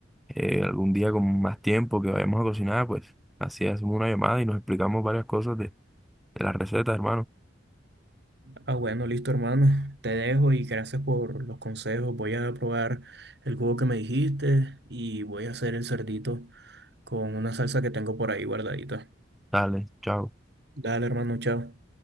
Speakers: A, in the centre; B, on the right.
A: eh, algún día con más tiempo que vayamos a cocinar, pues así hacemos una llamada y nos explicamos varias cosas de, de las recetas, hermano.
B: Ah, bueno, listo, hermano. Te dejo y gracias por los consejos. Voy a probar el jugo que me dijiste y voy a hacer el cerdito con una salsa que tengo por ahí guardadita.
A: Dale, chao.
B: Dale, hermano, chao.